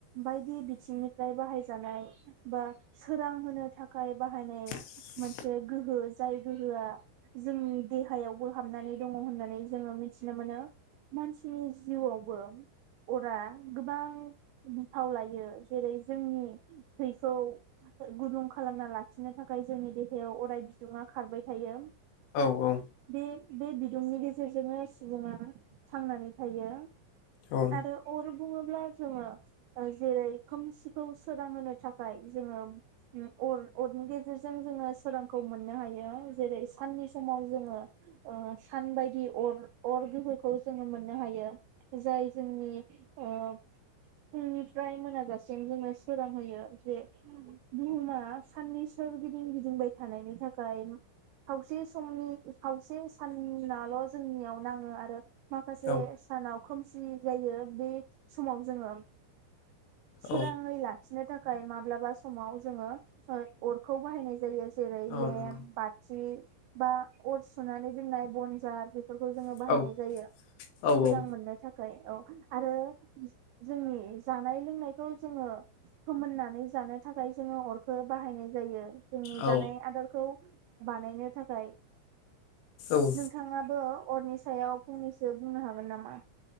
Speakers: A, on the right; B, on the left.
A: बायदि बिथिंनिफ्राय बाहायजानाय बा सोरां होनो थाखाय बाहायनाय
B: <inaudible>
A: मोनसे गोहो जाय गोहोआ जोंनि देहायावबो हाबनानै दङ होननानै जोङो मिथिनो मोनो मानसिनि जिउआवबो अरा गोबां बिफाव लायो जेरै जोंनि थैखौ गुदुं खालामना लाखिनो थाखाय थाखाय जोंनि देहायाव अराय बिदुङा खारबाय थायो
B: औ औ
A: बे बे बिदुंनि गेजेरजोंनो सुबुङा थांनानै थायो
B: औ
A: आरो अर बुङोब्ला जोङो आ जेरै खोमसिखौ सोरांहोनो थाखाय जोङो उम अर-अरनि गेजेर जेरजों जोङो सोरांखौ मोननो हायो जेरै साननि समाव जोङो आ सान बायदि अर अर गोहोखौ जोङो मोननो हायो जाय जोंनि आ फुंनिफ्राय मोनाजासिम जोंनो सोरांहोयो बे बुहुमा साननि सोर गिदिं गिदिंबाय थानायनि थाखाय खावसे समनि खावसे साननाल' जोंनियाव नाङो आरो माखासे
B: औ
A: सानाव खोमसि सि जायो बे समाव जोङो सोराङै
B: औ
A: लाखिनो थाखाय खाय माब्लाबा समाव जोङो ओ अर खौ बाहायनाय जायो। जेरै लेम
B: औ नंगौ
A: बाथि‌‌ बा अर सुनानै जोंनाय बनजार फोरखौ जोङो
B: औ
A: बाहायनाय
B: औ
A: जायो
B: औ
A: सोरां मोननो थाखाय औ आरो जोंनि जानाय लोंनायखौ जोङो फोमोननानै जानो थाखाय जोङो अरखो बाहायनाय जायो। जोंनि
B: औ
A: जानाय आदारखौ बानायनो थाखाय
B: औ
A: नोंथाङाबो अरनि सायाव फंनैसो बुंनो हागोन नामा